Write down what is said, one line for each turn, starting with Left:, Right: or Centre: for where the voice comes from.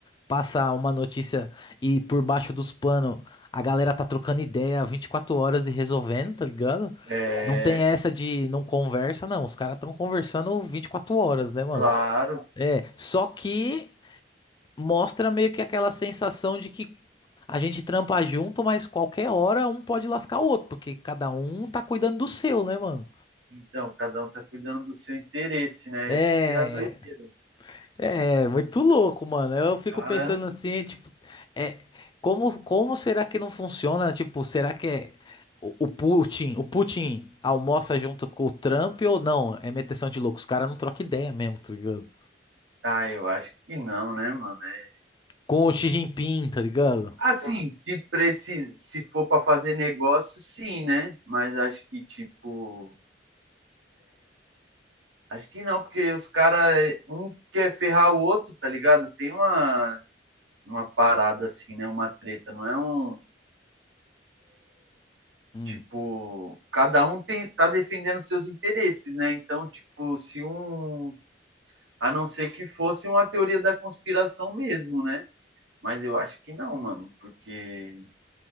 Left: passa uma notícia e por baixo dos panos a galera tá trocando ideia 24 horas e resolvendo, tá ligado?
Right: é,
Left: Não tem essa de não conversa, não. Os caras estão conversando 24 horas, né, mano?
Right: claro.
Left: Só que mostra meio que aquela sensação de que a gente trampa junto, mas qualquer hora um pode lascar o outro, porque cada um tá cuidando do seu, né, mano?
Right: Então, cada um tá cuidando do seu interesse, né? Essa
Left: É,
Right: que é a doideira.
Left: é muito louco, mano. Eu
Right: Os
Left: fico
Right: cara,
Left: pensando assim, é, tipo, é, como, como será que não funciona? Tipo, será que é o, o Putin, o Putin almoça junto com o Trump ou não? É meteção de louco. Os caras não trocam ideia mesmo, tá ligado?
Right: ah, eu acho que não, né, mano? É-
Left: Com o Xi Jinping, tá ligado?
Right: Assim, se precisa, se for para fazer negócio, sim, né? Mas acho que tipo, acho que não, porque os caras um quer ferrar o outro, tá ligado? Tem uma uma parada assim, né? Uma treta, não é um
Left: Hum,
Right: Tipo, cada um tem, tá defendendo seus interesses, né? Então, tipo, se um A não ser que fosse uma teoria da conspiração mesmo, né? Mas eu acho que não, mano, porque